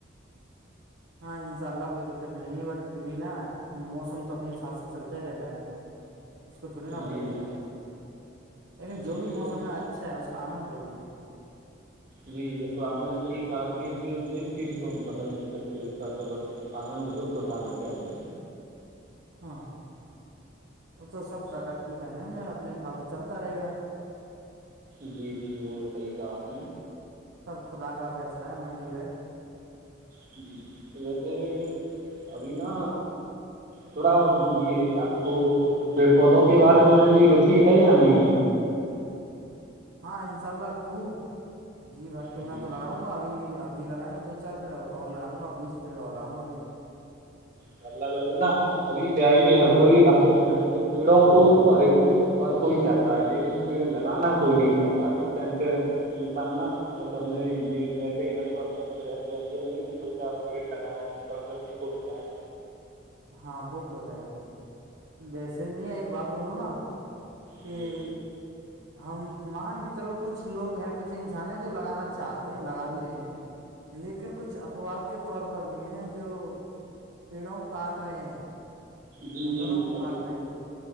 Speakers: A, on the right; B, on the right.
A: ہاں انشاء اللہ کوئی دقت نہیں ہے بٹ پھر بھی نا موسم تو اپنے حساب سے چلتا ہی رہتا ہے نا اس کو تھوڑی نا بدلیں
B: جی جی
A: گے ہم لیکن جو
B: نہیں
A: بھی موسم
B: وہ تو
A: ہے اچھا ہے اس کا آنند لو بھی
B: جی یہ تو آپ نے صحیح کہا کہ ج جس چیز کو ہم بدل نہیں سکتے اس کا تو بس آنند لطف اٹھانا چاہیے
A: ہاں وہ تو سب پرکرتی کا نم ہے اپنے حساب سے چلتا رہے گا
B: جی جی وہ صحیح کہا آپ نے
A: سب خدا کا فیصلہ ہے منجور ہے
B: جی ویسے ابھی نا تھوڑا یہ آپ کو کچھ پیڑ پودوں کے بارے میں بھی روچی ہے یا نہیں
A: ہاں انشاء اللہ خوب جی بھر کے
B: انشاء
A: میں تو لگاؤں گا اب بھی ابھی لگائے دو چار پیڑ ا اور لگؤں گا بیس پیڑ اور لگاؤںا ابھی
B: چلہ بیسے نا ابھی کیا ہے کہ ہر کوئی آج کے ٹائم سے پیڑوں کو تو ہر ایک کو ہر کوئی چاہ تا لیکن پیڑ لگانا کوئی نہیں چاہتا اس ٹائم پہ انسان نا بسبنے یہ بییسے اودھر ادھر رہتے ہیں یہ نہیں کہ دو چار پیڑ لگائیں اپنی پرکسی کو بچائیں
A: ہاں وہ تو ہے ویسے بھییا ایک بات بولو نا کہ
B: جی
A: ہم مان کے چلو کچھ لوگ ہیں کچھ انسان ہے جو لگانا چاہتے ہیں لگا بھی رہے ہیں لیکن کچھ اپواد کے طور پر بھی ہیں جو پیڑوں کو کاٹ رہے ہیں
B: جی
A: جنگلوں
B: جی
A: کو
B: ابھی
A: کاٹ رہے ہیں تو